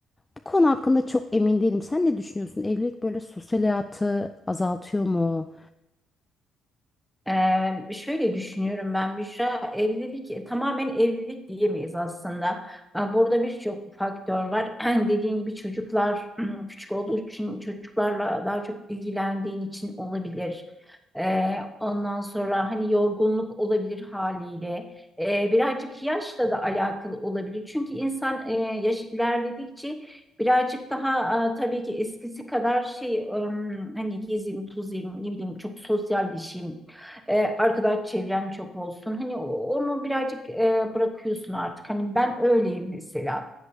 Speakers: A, on the left (about 20°); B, in the centre.
A: Bu konu hakkında çok emin değilim. Sen ne düşünüyorsun? Evlilik böyle sosyal hayatı azaltıyor mu?
B: Ee, şöyle düşünüyorum ben Büşra, evlilik e, tamamen evlilik diyemeyiz aslında. Ee, Burada birçok faktör var. <clears throat> Dediğin gibi çocuklar <clears throat> küçük olduğu için çocuklarla daha çok ilgilendiğin için olabilir. Ee, ondan sonra hani yorgunluk olabilir haliyle. Ee, birazcık yaşla da alakalı olabilir. Çünkü insan e, yaş ilerledikçe Birazcık daha e, tabii ki eskisi kadar şey ım, hani gezeyim, tozayım, ne bileyim çok sosyalleşeyim e, arkadaş çevrem çok olsun. Hani o- onu birazcık e, bırakıyorsun artık. Hani ben öyleyim mesela.